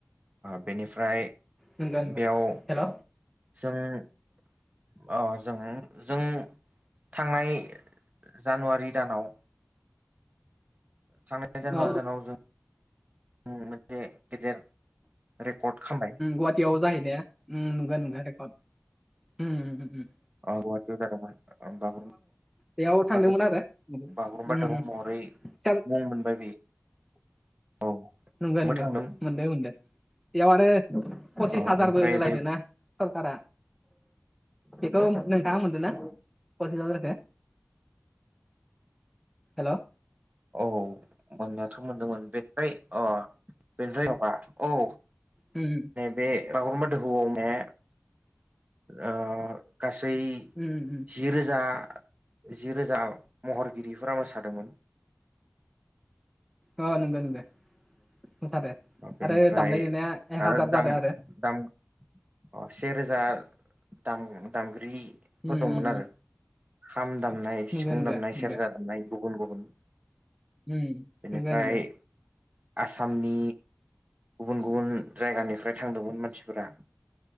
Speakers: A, on the right; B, in the centre.
A: बेनिफ्राय
B: नंगौ नंगौ
A: बेयाव
B: हेल'
A: जों अ जोङो जों थांनाय जानुवारि दानाव थांनाय जानुवारि
B: अ
A: दानाव जों मोनसे गेदेर रेकर्ड खालाम
B: गुवाहाटियावबो जाहै दे नंगोन नंगोन रेकर्ड ओम ओम
A: औ गुवाहाटीआव जादोंमोन बागुरा
B: बेयाव थांदोंमोन
A: होनोमबाद
B: आरो उम
A: बाबुरुमबा दोहौ
B: उम
A: महरै
B: सार
A: मुं मोनबाय बेयो। औ
B: नंगौ
A: बो
B: नोंगौ
A: थांदों
B: मोनदो मोनदों बेयाव आरो पसिस
A: ओ
B: हाजारबो
A: बेनिफ्राय
B: होलायदो
A: बे
B: ना सरकारा बेखौ नोंथाङा मोनदों ना पसिस हाजारखो? हेलौ
A: औ मोननायाथ' मोनदोंमोन बेनिफ्राय अ बेनिफ्राय माबा औ
B: उम
A: बे बागुरुमबा दोहौ ने ओ गासै
B: उम उम
A: जि रोजा जि रोजा महरगिरिफोरा मोसादोंमोन।
B: अ नंगौ नोंगौ मोसादो
A: बेनिफ्राय
B: आरो दामनाय देनाया एक
A: आरो
B: हाजार
A: दाम
B: जादों आरो।
A: दाम अ सेे रोजा दाम दामगिरि फोर
B: उम
A: दंमोन
B: उम
A: आरो खाम दामनाय
B: नंगौ
A: सिफुं
B: नंगौ
A: दामनाय
B: नंगौ
A: सेरजा दामनाय गुबुन गुबुन
B: ओम नंगो
A: बेनिफ्राय
B: नंगो
A: आसामनि गुबुन गुबुन जायगानिफ्राय थांदोंमोन मानसिफोरा।